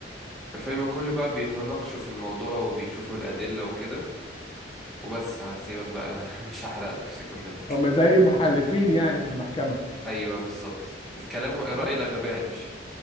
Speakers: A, in the centre; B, on the left.
A: الفيلم كله بقى بيتناقشوا في الموضوع وبيشوفوا الأدلة وكده وبس هسيبك بقى <laughs> مش هحرقلك مش هكملك
B: هم زي محلفين يعني في المحكمة
A: ايوه بالظبط الكلام هو رأي
B: فكرته
A: الأغلبية هيمشي